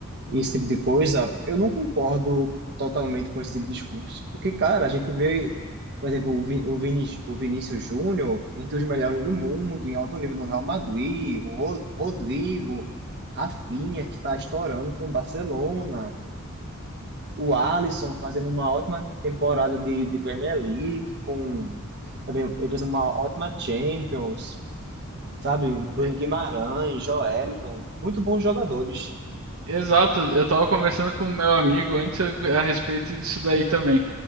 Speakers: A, on the right (about 50°); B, on the right (about 65°).
A: esse tipo de coisa. Eu não concordo totalmente com esse tipo de discurso, porque, cara, a gente vê, por exemplo, o, Vi, o, Vini, o Vinícius Júnior entre os melhores do mundo, em alto nível no Real Madrid, o Ro- Rodrigo, Rafinha, que está estourando com o Barcelona o Alisson fazendo uma ótima temporada de, de Premier League, com também ele fez uma ótima Champions, sabe? Bruno
B: né?
A: Guimarães, Joeliton, muito bons jogadores.
B: Exato, eu tava conversando com o meu amigo antes a a respeito disso daí também.